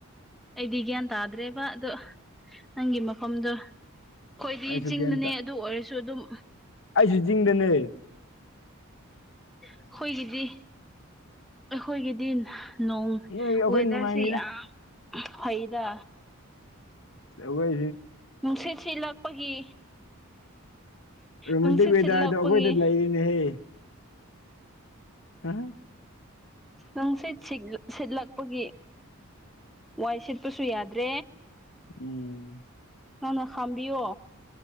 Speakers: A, in the centre; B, on the left.
A: ꯑꯩꯗꯤ ꯒ꯭ꯌꯥꯟ ꯇꯥꯗ꯭ꯔꯦꯕ ꯑꯗꯣ ꯅꯪꯒꯤ ꯃꯐꯝꯗꯣ ꯑꯩꯈꯣꯏꯗꯤ
B: ꯑꯩꯁꯨ
A: ꯆꯤꯡꯗꯅꯦ
B: ꯀꯩꯝꯇ
A: ꯑꯗꯨ ꯑꯣꯏꯔꯁꯨ ꯑꯗꯨꯝ
B: ꯑꯩꯁꯨ ꯆꯤꯡꯗꯅꯦ
A: ꯑꯩꯈꯣꯏꯒꯤꯗꯤ ꯑꯩꯈꯣꯏꯒꯤꯗꯤ ꯅꯣꯡ
B: ꯅꯣꯏ ꯑꯩꯈꯣꯏ
A: ꯋꯦꯗꯔꯁꯦ
B: ꯅꯨꯡꯉꯥꯏꯅꯤꯅ
A: ꯌꯥꯝ ꯐꯩꯗ
B: ꯂꯣꯏꯔꯦ
A: ꯅꯨꯡꯁꯤꯠ ꯁꯤꯠꯂꯛꯄꯒꯤ
B: ꯔꯣꯃꯥꯟꯇꯤꯛ
A: ꯅꯨꯡꯁꯤꯠ
B: ꯋꯦꯗꯔꯗꯣ
A: ꯁꯤꯠ ꯂꯥꯛꯄꯒꯤ
B: ꯑꯩꯈꯣꯏꯗ ꯂꯩꯔꯤꯅꯦꯍꯦ ꯍꯦ
A: ꯅꯨꯡꯁꯤꯠ ꯁꯤꯠꯂꯛꯄꯒꯤ ꯑ ꯋꯥꯏ ꯁꯤꯠꯄꯁꯨ ꯌꯥꯗ꯭ꯔꯦ
B: ꯎꯝ
A: ꯅꯪꯅ ꯈꯥꯝꯕꯤꯌꯣ